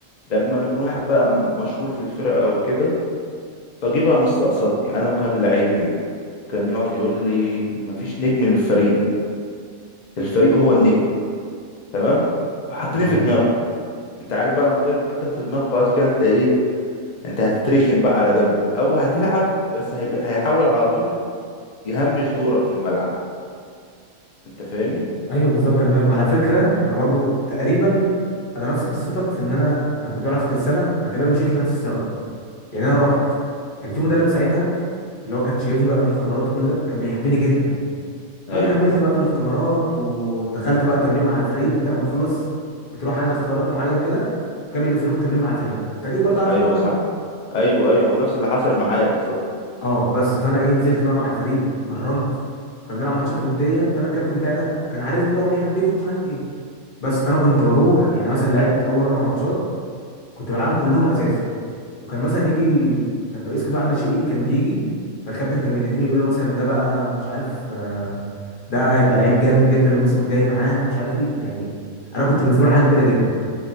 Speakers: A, on the left (about 70°); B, on the left (about 40°).
A: لما يكون واحد بقى م- مشهور في الفرقة أو كده فجي بقى مستقصدني أنا وكام لعيب كده كان يقعد يقول لي مفيش نجم للفريق الفريق هو النجم تمام فحطني
B: اه
A: في دماغه أنت عارف بقى المدرب بيحطك في دماغه خلاص كده أنت إيه أنت هتتركن بقى على جنب أو هتلعب بس هيبقى هيحاول على طول يهمش دورك في الملعب أنت فاهمني؟
B: ايوه بالظبط انا فاهم على فكره انا برضو تقريبا انا نفس قصتك في ان انا لما كنت بلعب في الترسانه انا تقريبا مشيت لنفس السبب يعني انا رحت كان في مدرب ساعتها اللي هو كان شايفني بقى في الاختبارات وكل ده كان بيحبني جدا
A: أيوه
B: فانا كملت بقى في الاختبارات ودخلت بقى التمرين مع الفريق انت لما تخلص بتروح على اختبارات معين كده كانوا بينزلوك التمرين مع الفريق انت اكيد برضو عارف
A: أيوه
B: الموضوع
A: صح
B: ده
A: أيوه أيوه نفس اللي حصل معايا بالظبط
B: اه بس فانا ايه نزلت بقى مع الفريق اتمرنت كنا بنلعب ماتشات وديه فانا الكابتن بتاعي ده كان عارفني بقى وبيحبني ومش عارف ايه بس فانا كنت بروح يعني مثلا لعبت اول اربع ماتشات كنت بلعبهم كلهم اساسي وكان مثلا يجي كان رئيس قطاع الناشئين كان بيجي فالكابتن كان بيناديني يقول له مثلا ده بقى مش عارف آه، ده هيبقى لعيب جامد جدا الموسم الجاي معانا ومش عارف ايه يعني انا كنت بالنسبه له حاجه كبيره جدا